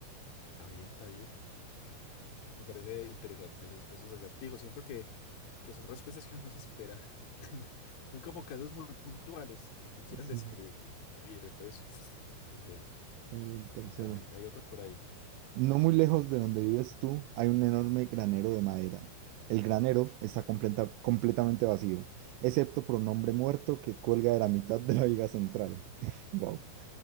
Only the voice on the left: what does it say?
Está bien, está bien. Me parece interesante esos, esos acertijos. Siento que, que son respuestas que uno no se espera. <laughs> Son como casos muy puntuales que quieren
describir.
Entonces, <sniffs> ok,
contame.
Hay otra por ahí.